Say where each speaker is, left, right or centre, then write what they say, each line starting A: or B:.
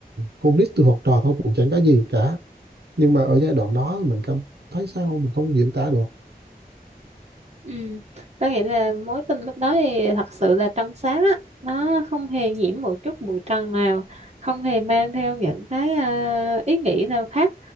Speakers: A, on the right; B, on the right.
A: con nít từ học trò thôi cũng chẳng có gì cả nhưng mà ở giai đoạn đó mình cảm thấy sao mình không diễn tả được
B: Ừ. Có nghĩa là mối tình lúc đó thì thật sự là trong sáng á nó không hề nhiễm một chút bụi trần nào không hề mang theo những cái à, ý nghĩ nào khác